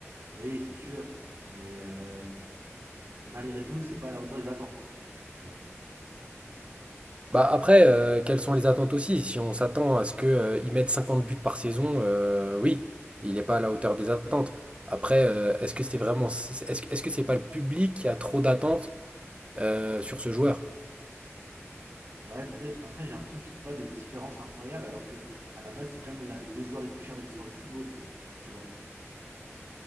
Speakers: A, on the right (about 65°); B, on the right (about 25°).
A: Oui, c'est sûr. Mais, euh, mais malgré tout, c'est pas à la hauteur des attentes. Tu vois.
B: Bah après, euh, quelles sont les attentes aussi? Si on s'attend à ce que, euh, il mette 50 buts par saison, euh, oui, il n'est pas à la hauteur des attentes. Après, euh, est-ce que c'est vraiment, est-ce, que- est-ce que c'est pas le public qui a trop d'attentes euh, sur ce joueur?
A: Ouais, peut-être, mais après j'ai l'impression qu'il fait pas de différence incroyable alors que à la base c'est quand même l'un des deux joueurs les plus chers de l'histoire du football. Tu vois.